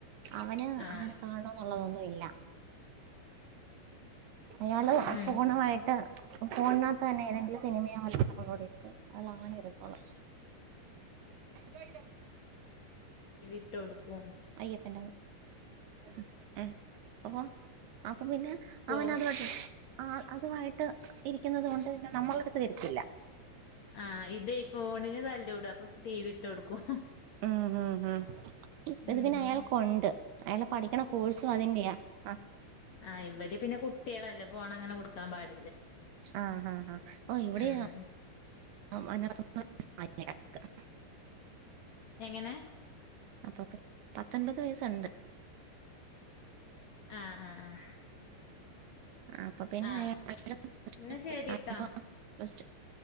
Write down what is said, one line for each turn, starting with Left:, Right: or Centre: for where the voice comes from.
Right: അവന്
Left: ആഹ്
Right: അങ്ങനെ കാണണന്നുള്ളതൊന്നുംല്ല അയാള്
Left: ഉം
Right: ഫോണ് മായിട്ട് ഫോണിനകത്ത് തന്നെ ഏതെങ്കിലും സിനിമയാല്ല അപ്ലോഡ് ചെയ്ത് അയാൾ അങ്ങനെ വരുന്നോളൂ <unintelligible>
Left: ടിവിട്ടൊടുക്കും
Right: അയ്യപ്പൻ്റങ്ങ് ഉം <unintelligible> അപ്പൊ പിന്നെ
Left: ഫോ
Right: അവന ആഹ് അതുമായിട്ട് ഇരിക്കുന്നത് കണ്ട് കഴിഞ്ഞ നമ്മള അടുത്ത് വരത്തില്ല
Left: ആഹ് ഇതേ ഫോണിന് തലൂടും അപ്പൊ ടി വി ഇട്ട് കൊടുക്കും
Right: ഉം ഉം ഉം
Left: ഉം
Right: ഇത് പിന്നെ അയാൾ കൊണ്ട് അയാള് പഠിക്കണ കോഴ്സും അതിന്റെയാ ആഹ്
Left: ആ ഇവര് പിന്നെ കുട്ടിയളല്ലേ ഫോണ് അങ്ങനെ കൊടുക്കാൻ പാട
Right: ആഹ് ആഹ് ആഹ് ഓ ഇവിടെ
Left: ഉം
Right: ആഹ് അതിന <inaudible>
Left: എങ്ങനെ
Right: അപ്പൊ പിൻ പത്തൊൻമ്പത് വയസ്ണ്ട്
Left: ആഹ് ആഹ് ആഹ്
Right: ആഹ് അപ്പൊ പിന്നെ
Left: ആഹ്
Right: <unintelligible>
Left: എന്നാ ശരിട്ടോ
Right: റെസ്റ്റ്